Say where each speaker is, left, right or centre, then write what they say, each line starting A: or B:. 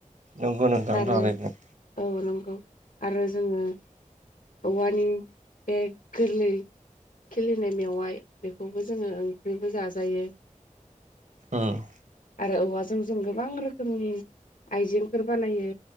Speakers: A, on the right; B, on the left.
A: नंगौ नोंथां
B: आरो
A: थारैनो
B: औ नंगौ आरो जोङो औवानि बे गोरलै खिलिनाय मेवाइ बेखौबो जोङो ओंख्रिबो जाजायो
A: <inaudible> ओम
B: आरो औवाजों जों गोबां रोखोमनि आइजेंफोर बानायो